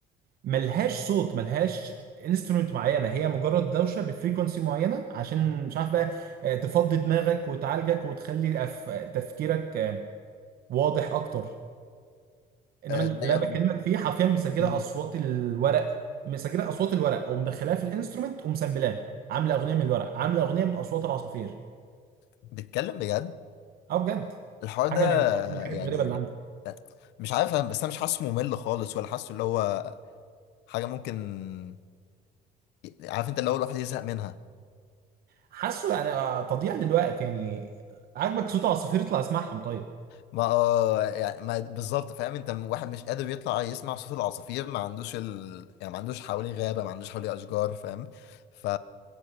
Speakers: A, on the right (about 65°); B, on the left (about 85°).
A: ملهاش صوت ملهاش انسترومنت معينه هي مجرد دوشه بفريكونسي معينه عشان مش عارف بقى آه، تفضي دماغك وتعالجك وتخلي أف- تفكيرك آه، واضح اكتر انما
B: آه،
A: اللي
B: لا يا
A: أنا بكلمك
B: م-
A: فيه حرفيا مسجله
B: م-
A: اصوات الورق مسجله اصوات الورق ومدخلاها في الانسترومنت ومسامبلاه عامله اغنيه من الورق عامله اغنيه من اصوات العصافير
B: بتكلم بجد
A: اه بجد
B: الحوار
A: حاجه
B: ده
A: من برضه من الحاجات
B: يعني
A: الغريبه اللي عندي
B: مش عارف أنا- بس انا مش حاسه ممل خالص ولا حاسه اللي هو حاجه ممكن عارف انت اللي هو الواحد يزهق منها
A: حاسه يعني آه، تضييع للوقت يعني عاجبك صوت عصافير اطلع اسمعهم طيب
B: ما آه، يعني ما بالظبط فاهم انت واحد مش قادر يطلع يسمع صوت العصافير ما عندوش ال... يعني ما عندوش حواليه غابه ما عندوش حواليه اشجار فاهم ف